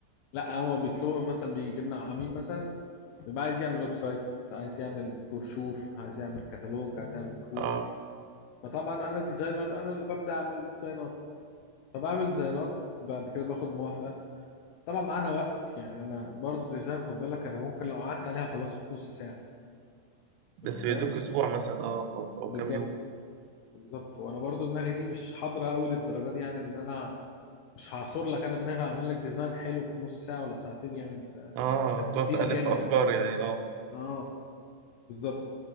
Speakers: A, on the left; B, on the right.
A: لا هو بيطلبوا مثلا بيجي لنا عميل مثلا بيبقى عايز يعمل ويب سايت عايز يعمل بروشور عايز يعمل كتالوج عايز يعمل كروت
B: اه
A: فطبعا انا ديزاينر انا اللي ببدا اعمل ديزاينات فبعمل ديزاينات بعد كده باخد موافقه طبعا معانا وقت يعني انا برضو ديزاين خد بالك انا ممكن لو قعدت عليها اخلصه في نص ساعه
B: بس
A: انت فاهم
B: بيدوك اسبوع مثلا اه او أو
A: بالظبط
B: كام يوم
A: بالظبط وانا برضو دماغي دي مش حاضره قوي للدرجه دي يعني ان انا مش هعصر لك انا دماغي اعمل لك ديزاين حلو في نص ساعه ولا ساعتين يعني انت
B: اه
A: هتديني
B: تقعد تألف
A: كام
B: في
A: يعني
B: افكار يعني اه
A: اه بالظبط